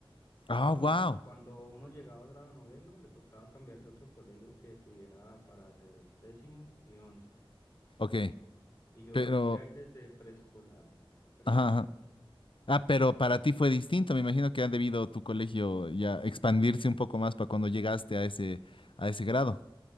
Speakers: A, on the left (about 65°); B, on the left (about 25°).
A: Ah,
B: Entonces,
A: wow.
B: cuando uno llegaba a grado noveno, le tocaba cambiarse a otro colegio que tuviera para hacer décimo y once.
A: Ok,
B: Y yo
A: pero...
B: entré ahí desde preescolar, ¿pero
A: Ajá,
B: qué?
A: Ah, pero para ti fue distinto. Me imagino que ha debido tu colegio ya expandirse un poco más para cuando llegaste a ese, a ese grado.